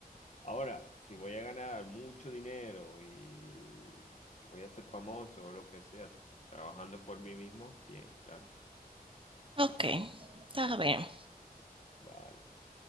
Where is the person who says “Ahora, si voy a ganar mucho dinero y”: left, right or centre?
Left